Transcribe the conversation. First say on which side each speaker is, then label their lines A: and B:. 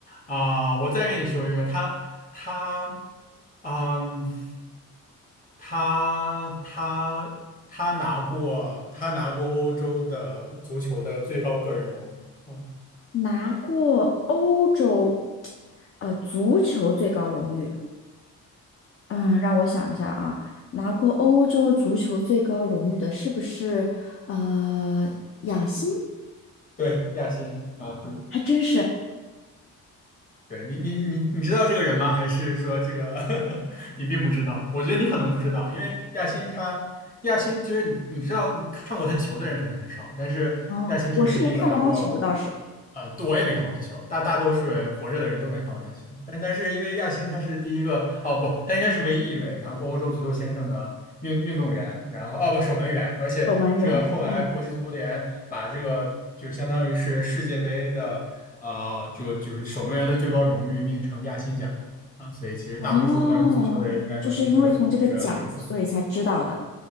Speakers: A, on the left; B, on the left.
A: 啊、我再跟你说一个，他他嗯，他他他拿过他拿过欧洲的足球的最高个人荣誉。啊，
B: <laughs> 拿过欧洲呃足球最高荣誉。嗯，让我想一下啊，拿过欧洲足球最高荣誉的是不是呃雅辛？
A: 对，亚新啊，
B: 还真是
A: 对你你你你知道这个人吗？还是说这个 <laughs> 你并不知道？我觉得你可能不知道，因为亚新他。亚新其实你你知道，你看过他球的人肯定很少，但是亚新是唯一一个拿过，
B: 哦，我是没看过他球，倒是
A: 啊、对我也没看过他球，大大多数人活着的人都没看过他球，但但是因为亚新他是第一个，哦不，他应该是唯一一位拿过欧洲足球先生的运运动员，然后哦不守门员，而且这个后来国际足联把这个就相当于是世界杯的啊、
B: 守门员。嗯，
A: 就就是守门员的最高荣誉命名成亚新奖啊，所以其实大多数关注足球的人应该都听过这个名字。
B: 哦，就是因为从这个奖，所以才知道的，